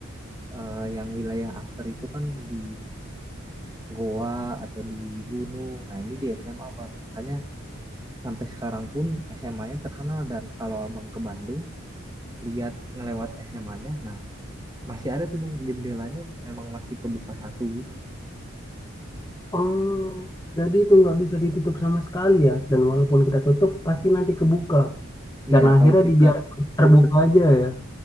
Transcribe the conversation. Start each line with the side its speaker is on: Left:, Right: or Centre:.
Right: eh, yang wilayah angker itu kan di goa atau di gunung nah ini di SMA bang makanya sampai sekarang pun SMA-nya terkenal dan kalau abang ke Bandung lihat ngelewat SMA-nya. Nah, masih ada tuh bang jendelanya memang masih kebuka satu gitu
Left: Oh, jadi itu nggak bisa ditutup sama sekali ya. Dan walaupun kita tutup, pasti nanti kebuka.
Right: iya
Left: Dan akhirnya
Right: kalau kita
Left: dibiarkan terbuka aja ya.